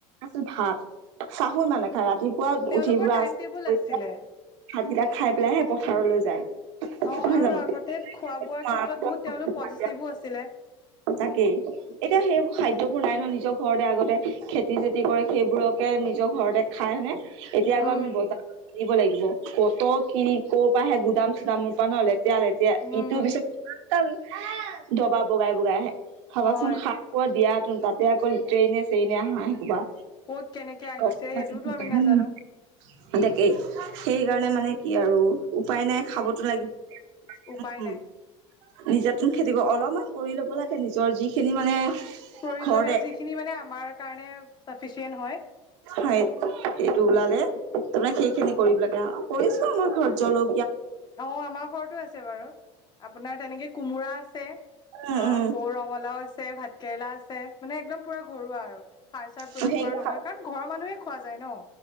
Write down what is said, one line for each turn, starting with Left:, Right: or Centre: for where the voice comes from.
Right: আছিল ভাত চাহহো ইমান নাখায়, ৰাতিপুৱা
Left: তেওঁলোকৰ
Right: উঠি ব্ৰাছ
Left: টাইম টেবুল
Right: কৰি
Left: আছিলে
Right: পেলাই, ভাতকেইটা। খাই পেলাইহে পথাৰলৈ যায়।
Left: অ,
Right: নহয়
Left: আৰু
Right: জানো
Left: আগতে খোৱা-বোৱাৰ
Right: মাৰ
Left: ক্ষেত্ৰত বহুত তেওঁলোক পজিচিভো
Right: বাহিৰা
Left: আছিলে।
Right: তাকেই, এতিয়া সেইবোৰ খাদ্য। বোৰ নাই ন, নিজৰ ঘৰতে আগতে খেতি-বেতি কৰে, সেইবোৰকে নিজৰ ঘৰতে খাই, হয়নে? এতিয়া আকৌ
Left: উম
Right: আমি বজাৰত কিনিব লাগিব, ক'ত কিনি, ক'ৰ পৰা সে গুদাম-চুদামৰ পৰা নহ'লে। এতিয়া লেতেৰা,
Left: উম
Right: ইটোৰ পিছত দবা বগাই- বগাই আহে। ভাবাচোন
Left: হয়
Right: খাৰ খোৱা দিয়া হেতেন, তাতে অকল ট্ৰেইনে-চ্ৰেইনে আহা হেতেন‌ বা
Left: ক'ত কেনেকে আহিছে
Right: তাকেই,
Left: সেইটোওতো আমি নাজানো
Right: সেইকাৰণে মানে কি আৰু উপায় নাই, খাবতো লাগিব।
Left: উপায় নাই
Right: নিজাতন খেতি অলপমান কৰি ল'ব লাগে। নিজৰ যিখিনি মানে
Left: প্ৰয়োজনীয়
Right: ঘৰতে
Left: যিখিনি মানে, আমাৰ কাৰণে চাফিচিয়েণ্ট হয়।
Right: হয়, সেইটো ওলালে তাৰমানে সেইখিনি কৰিব লাগে, কৰিছো আমাৰ ঘৰত জল
Left: অ, আমাৰ ঘৰতো আছে বাৰু, আপোনাৰ তেনেকে কোমোৰা আছে। আ
Right: উম উম
Left: আকৌ ৰঙালাও আছে, ভাত কেৰেলা আছে, মানে একদম পুৰা ঘৰুৱা আৰু সাৰ-চাৰ
Right: সেইকেইটা
Left: প্ৰয়োগ কৰা নহয়, কাৰণ ঘৰৰ মানুহে খোৱা যায় ন।